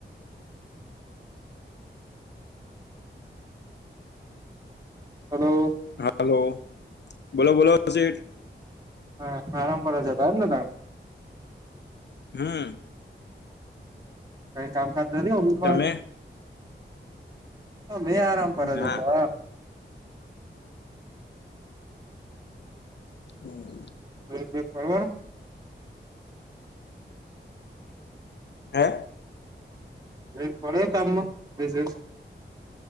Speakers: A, on the right; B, on the left.
A: હલો.
B: હાલો, બોલો-બોલો શેઠ?
A: હા, આરામ પર જતા ને તમે.
B: હમ.
A: કઈ કામકાજ દરી હોગી તો
B: તમે
A: આજે. હ, મેં આરામ કર
B: હા
A: જ હતો.
B: હમ.
A: બે બે પરર <unintelligible>
B: હે.
A: એ પડ કામ બસ.